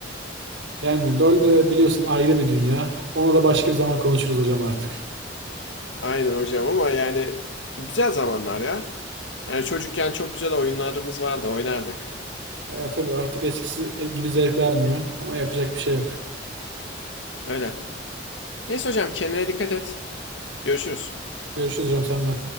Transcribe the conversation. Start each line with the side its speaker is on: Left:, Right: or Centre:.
Right: Yani LoL de biliyorsun ayrı bir dünya. Onu da başka bir zaman konuşuruz hocam artık.
Left: Aynen hocam ama yani güzel zamanlar ya. Yani çocukken çok güzel oyunlarımız vardı. Oynardık.
Right: E, tabii artık eskisi gibi zevk vermiyor ama yapacak bir şey yok.
Left: Öyle. Neyse hocam kendine dikkat et. Görüşürüz.
Right: Görüşürüz hocam sen de.